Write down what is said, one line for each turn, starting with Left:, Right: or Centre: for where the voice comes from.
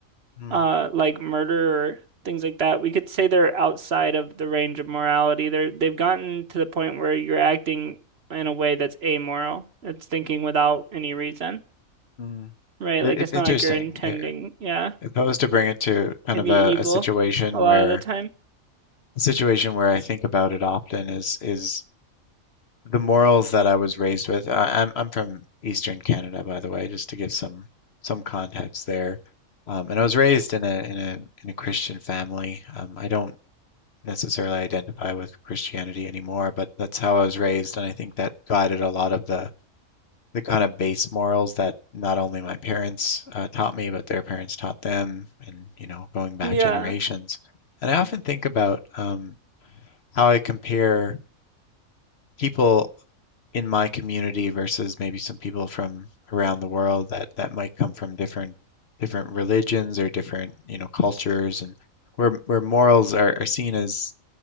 Left: Mm.
Right: uh, like murder or things like that, we could say they're outside of the range of morality. They're they've gotten to the point where you're acting in a way that's amoral. It's thinking without any reason,
Left: Mm.
Right: right?
Left: It,
Right: Like
Left: it's
Right: it's
Left: interesting.
Right: not like you're intending,
Left: If
Right: yeah,
Left: I was to bring it to kind
Right: to
Left: of
Right: be
Left: a,
Right: evil
Left: a situation
Right: a lot
Left: where
Right: of the time.
Left: a situation where I think about it often is is the morals that I was raised with. I, I'm I'm from Eastern Canada, by the way, just to give some some context there. Um, and I was raised in a in a in a Christian family. Um, I don't necessarily identify with Christianity anymore, but that's how I was raised, and I think that guided a lot of the the kind of base morals that not only my parents uh, taught me, but their parents taught them, and you know, going back
Right: Yeah,
Left: generations. And I often think about um, how I compare people in my community versus maybe some people from around the world that that might come from different different religions or different you know cultures, and where where morals are, are seen as